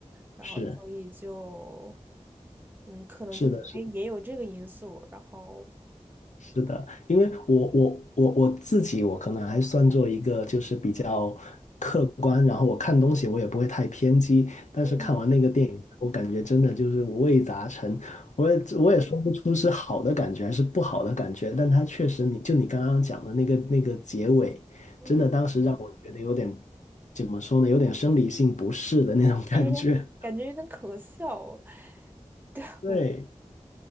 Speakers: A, on the right; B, on the left.
A: 然后所以就，
B: 是。
A: 嗯，可能就是因为也有这个因素，
B: 是的，是
A: 然后
B: 是的，因为我我我我自己，我可能还算做一个就是比较客观，然后我看东西我也不会太偏激，但是看完那个电影，
A: 嗯
B: 我感觉真的就是五味杂陈，我也我也说不出是好的感觉还是不好的感觉，但它确实你就你刚刚讲的那个那个结尾，
A: 嗯，
B: 真的当时让我觉得有点怎么说呢，有点生理性不适的那种感觉，
A: 有点感觉有点可笑。<laughs> 对，
B: <laughs> 对。
A: 我